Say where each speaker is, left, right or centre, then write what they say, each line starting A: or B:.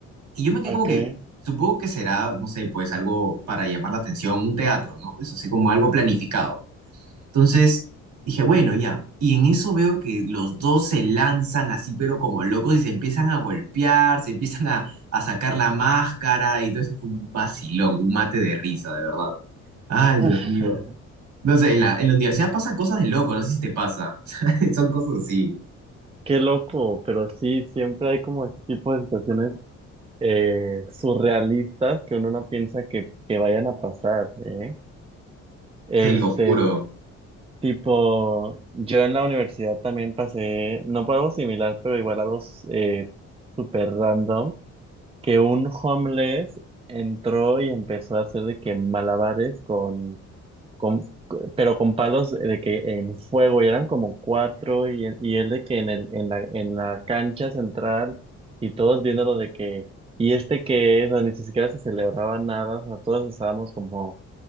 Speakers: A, on the right; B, on the right.
A: Y yo me quedé
B: ¿A
A: como
B: qué?
A: que, supongo que será, no sé, pues algo para llamar la atención, un teatro, ¿no? Pues así como algo planificado. Entonces dije, bueno, ya. Y en eso veo que los dos se lanzan así, pero como locos, y se empiezan a golpear, se empiezan a, a sacar la máscara y todo eso. Fue un vacilón, un mate de risa, de verdad. Ay,
B: Ah,
A: Dios mío. No sé, en la, en la universidad pasan cosas de loco, no sé si te pasa. <laughs> Son cosas así,
B: qué loco, pero sí, siempre hay como ese tipo de situaciones eh, surrealistas que uno no piensa que, que vayan a pasar, ¿eh? Este,
A: te lo juro.
B: tipo, yo en la universidad también pasé, no por algo similar, pero igual algo eh, súper random, que un homeless entró y empezó a hacer de que malabares con con, pero con palos de que en fuego y eran como cuatro y, él y él de que en el, en la, en la cancha central y todos viéndolo de que, y este qué es, o sea, ni siquiera se celebraba nada, o sea, todos estábamos como,